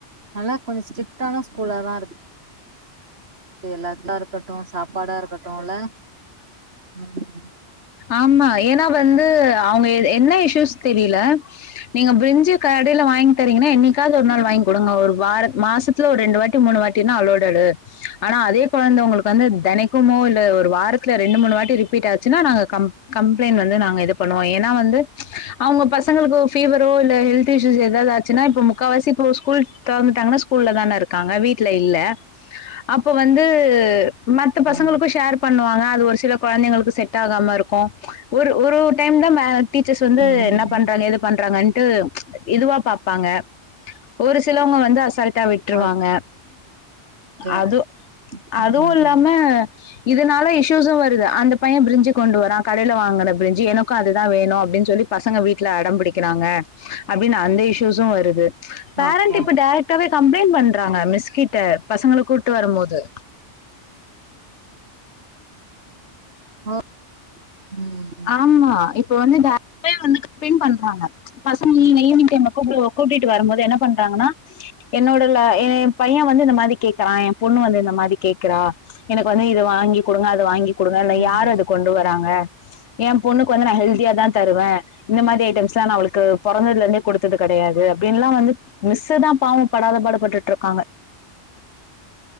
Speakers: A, on the right; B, on the left.
A: நல்லா கொஞ்சம் ஸ்ட்ரிக்டான ஸ்கூல தான் இருக்கு வெளாட்டா இருக்கட்டும் சாப்பாடா இருக்கட்டும் இல்ல உம்
B: ஆமா ஏன்னா வந்து அவங்க என்ன இஷயூஸ் தெரியல நீங்க பிரிஞ்சு கடையில வாங்கி தரீங்கன்னா என்னைக்காவது ஒரு நாள் வாங்கி கொடுங்க ஒரு வாரத்தை மாசத்துல ஒரு ரெண்டு வாட்டி மூணு வாட்டினா அளோடடு ஆனா அதே குழந்தை உங்களுக்கு வந்து தெனைக்கும் இல் ஒரு வாரத்துல ரெண்டு மூணு வாட்டி ரிப்பீட் ஆக னா நாங்க கம்ப்ளைண்ட் வந்து நாங்க இது பண்ணுவோம் ஏன்னா வந்து அவங்க ப ங்களுக்கு பீவரோ இல்லஹெல்த் இ எதாவாச்சன்னா இப்ப முக்காசி ஸ்கூல் திறந்துட்டாங்கனா ஸ்கூல்ல தானே இருக்கும் இருக்கங்க வீட்டுல இல்ல அப்ப வந்து மத்த பசங்களுக்கும்
A: ம்
B: ஷேர் பண்ணுவாங்க அது ஒரு சில கொழந்தைங்களுக்கு செ ட் ஆகாம இருக்கும் ஒரு ஒரு டைம் தான் டீச்சர்ஸ் வந்து
A: ம்
B: என்ன பண்றாங்க எது பண்றாங்கன்ட்டு இதுவா பாப்பாங்க ஒரு சிலவங்க வந்து அச ட்டா விட்டுருவாங்க
A: ஓகே ஓகே
B: அது அதுவும்
A: ம்
B: இல்லாம இதனால இஸ்சுஸ்ம் வருது அந்த பையன் பிரிஞ்ச கொண்டு வரான் கடையில வாங்குற பிரிஞ்சி எனக்கும் அதுதான் வேணும் அப்படின் சொல்லி பசங்க வீட்டுல அடம்பிடிக்கிறாங்க அப்டின்னு அந்த இஸ்யூஸ் பிஞ்சு வருது பேரண்ட்
A: ஓகே
B: இப்போ டேரக்டாவே கம்ளைண்ட் பண்றாங்க மிஸ் கிட்ட பசங்கள கூட்டு வரம்போது
A: ஓ ம்
B: ஆமா இப்ப வந்து இந்த ஏ அப்பயே வந்து கம்புளைண் பண்றாங்க பசங்க ஈவினி ஈவினிங் டைம்ல கூப்டுவோ கூட்டிட்டு வரம்போதே என்ன பண்றாங்கன்னா என்னோடல எம் பைய வந்து இந்த மாதிரி கேக்கறா எம் பொண்ணு வந்து இந்த மாரி கேக்கறா எனக்கு வந்து இது வாங்கி குடுங்க அத வாங்கி குடுங்க இல்ல
A: ம் ம்
B: யாராவது வராங்க ஏம் பொண்ணுக்கு வந்து நா ஹெல்தியாதா தருவ இந்த மாரி ஐடம்ஸ்லா நா அவளுக்கு பொறந்ததுல இருந்தே குடுத்தது கெடையாது அப்டின்லா வந்து மிஸ்சுதா பாவோ படாத பாடு பட்டுட்ருக்காங்க